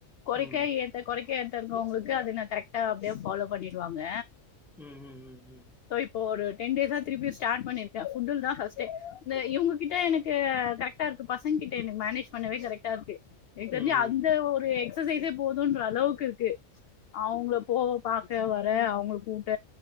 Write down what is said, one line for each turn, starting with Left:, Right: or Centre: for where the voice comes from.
Left: குறைக்க
Centre: ம்
Left: ஏத்த குறைக்க ஏத்த இருக்கறவங்களுக்கு அது நா கரெக்டா அப்டியே ஃபாலோ பண்ணிருவாங்க
Centre: ம் ம் ம் உம்
Left: இப்ப ஒரு டென் டேஸா திருப்பி ஸ்டார்ட் பண்ணிக்க ஃபுட்டில் தா ஃபர்ஸ்ட்டே இந்த இவங்ககிட்ட எனக்கு கரெக் டா இருக்கு பசங்கிட்ட மேனேஜ் பண்ணவே கரெக்டா இருக்கு எனக்கு
Centre: ம்
Left: தெரிஞ்சி
Centre: ம் ம் ம் ம் ம் ம்
Left: அந்த ஒரு எக்சசைஸ் போதுன்ற அளவுக்கு இருக்கு அவுங்கப் போ பாக்க வர அவங்க கூட